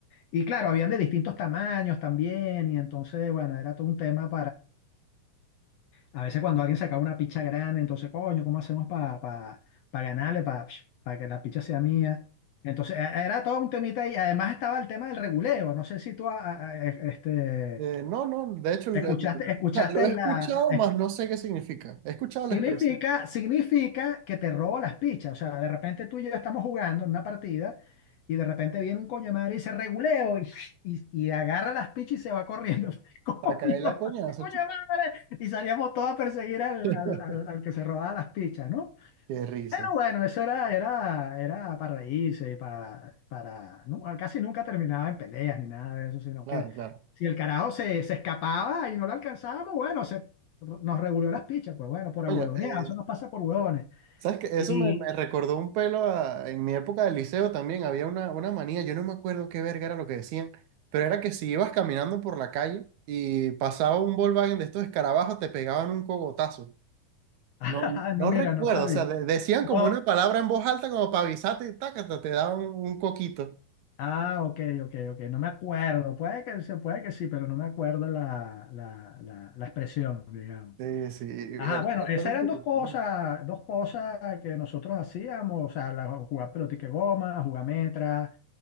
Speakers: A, on the left (about 75°); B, on the right (about 75°).
A: Y claro, habían de distintos tamaños también y entonces, bueno, era todo un tema a veces cuando alguien sacaba una picha grande, entonces, coño, ¿cómo hacemos para ganarle, para que la picha sea mía? Entonces, e- era todo un temita y además estaba el tema del reguleo. No sé si tú a- a- a- este,
B: Eh, no, no, de hecho el-
A: escuchaste,
B: el-
A: escuchaste,
B: o sea, lo he
A: la,
B: escuchado, más no sé qué significa. He escuchado
A: Significa,
B: la expresión,
A: significa que te robo las pichas. O sea, de repente tú y yo estamos jugando en una partida y de repente viene un coño de madre y dice reguleo y, y, y agarra las pichas y se va corriendo. <laughs> Coño,
B: para caer la coñazo,
A: ese coño
B: chico.
A: de madre. Y salíamos todos a perseguir al,
B: <laughs>
A: al, al- al que se robaba las pichas, ¿no?
B: Qué risa.
A: Pero bueno, eso era, era, era para reírse, para, para, nu- casi nunca terminaba en peleas ni nada de eso, sino
B: Claro,
A: que
B: claro.
A: si el carajo se, se escapaba y no lo alcanzábamos, bueno, se, nos reguló las pichas, pues bueno, por
B: Coño,
A: huevonear,
B: eh,
A: eso nos pasa por huevones.
B: ¿Sabes qué?
A: Y,
B: Eso me, me recordó un pelo a- en mi época de liceo también. Había una, una manía, yo no me acuerdo qué verga era lo que decían, pero era que si ibas caminando por la calle y pasaba un Volkswagen de estos escarabajos, te pegaban un cogotazo.
A: <laughs> ah,
B: No, no
A: no, mira,
B: recuerdo,
A: no sabía.
B: o sea, de- decían
A: No,
B: como una palabra en voz alta como para avisarte y tácata, te daban un coquito.
A: ah, ok, ok, ok, no me acuerdo, puede que, se puede que sí, pero no me acuerdo la, la, la, la expresión, digamos.
B: Sí, sí, era,
A: Ajá, bueno,
B: era
A: esas
B: algo
A: eran
B: súper
A: dos cosas,
B: común.
A: dos cosas que nosotros hacíamos, o sea, la, jugar pelotique goma, jugar metra,